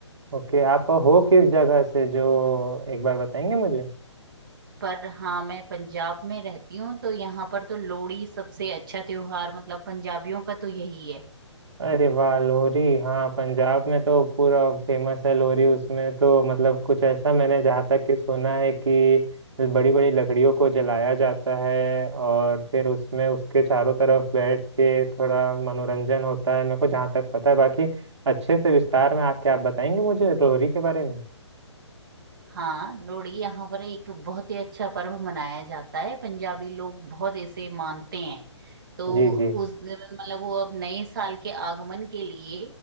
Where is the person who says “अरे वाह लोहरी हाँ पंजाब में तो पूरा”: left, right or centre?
Right